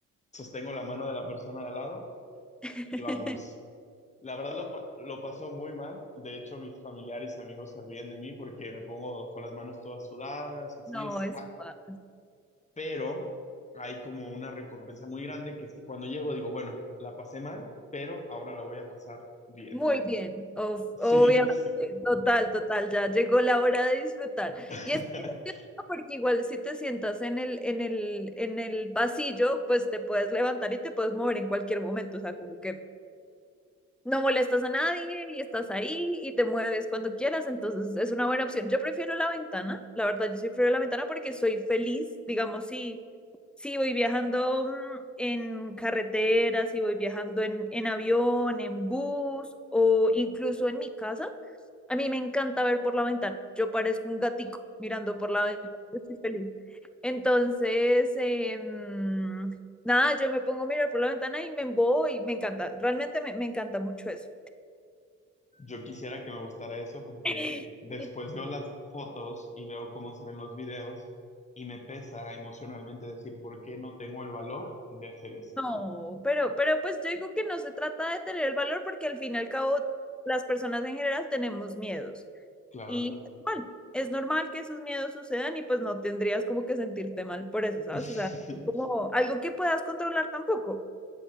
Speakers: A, on the left; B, in the centre.
A: sostengo la mano de la persona de al lado
B: <laughs>
A: y vámonos. La verdad lo, pa- lo pasó muy mal. De hecho, mis familiares y amigos se ríen de mí porque me pongo con las manos todas sudadas, así
B: No,
A: es.
B: eso
A: Ah,
B: pasa.
A: pero hay como una recompensa muy grande que es que cuando llego digo, bueno, la pasé mal, pero ahora la voy a pasar bien.
B: Muy bien. Of-
A: Sí,
B: obviamente.
A: sí.
B: Total, total. Ya llegó la hora de disfrutar.
A: <laughs>
B: Y es gracioso porque igual si te sientas en el, en el, en el pasillo, pues te puedes levantar y te puedes mover en cualquier momento. O sea, como que no molestas a nadie y estás ahí y te mueves cuando quieras, entonces es una buena opción. Yo prefiero la ventana, la verdad, yo sí prefiero la ventana porque soy feliz, digamos, si, si voy viajando mm, en carretera, si voy viajando en, en avión, en bus o incluso en mi casa, a mí me encanta ver por la ventana. Yo parezco un gatico mirando por la ventana. Yo Estoy feliz. Entonces, em, nada, yo me pongo a mirar por la ventana y me embobo y me encanta. Realmente me, me encanta mucho eso.
A: Yo quisiera que me gustara eso porque
B: <laughs>
A: después veo las fotos y veo cómo se ven los videos y me pesa emocionalmente decir por qué no tengo el valor de hacer eso.
B: No, pero, pero pues yo digo que no se trata de tener el valor porque al fin y al cabo las personas en general tenemos miedos
A: Claro.
B: y es normal, es normal que esos miedos sucedan y pues no tendrías como que sentirte mal por eso, ¿sabes?
A: <laughs>
B: O sea, no como algo que puedas controlar tampoco.